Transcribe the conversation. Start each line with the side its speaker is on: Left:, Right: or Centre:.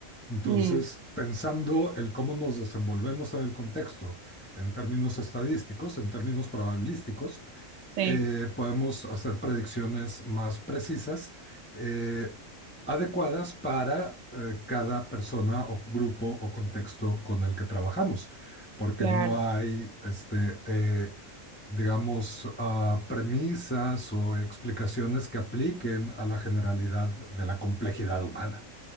Left: Entonces,
Right: mm,
Left: pensando el cómo nos desenvolvemos en el contexto en términos estadísticos, en términos probabilísticos,
Right: sí,
Left: eh, podemos hacer predicciones más precisas, eh, adecuadas para eh, cada persona o grupo o contexto con el que trabajamos, porque
Right: claro.
Left: no hay, este, eh, digamos, ah, premisas o explicaciones que apliquen a la generalidad de la complejidad humana.